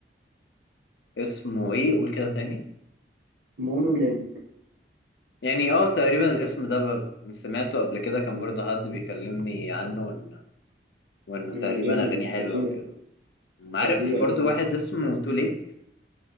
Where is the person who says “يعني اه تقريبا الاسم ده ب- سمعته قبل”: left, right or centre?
Left